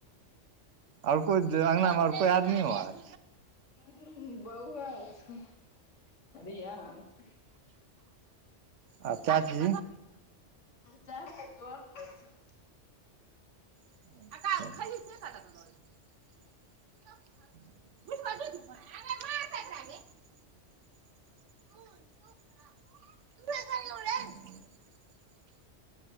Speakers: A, on the right; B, on the left.
A: आओर कोइ अङगनामे आर कोइ आदमियो आर
B: ह बौअ छी रियांश
A: आ चाची
B: चाची कल पड़ छ
A: <unintelligible> <unintelligible> <unintelligible>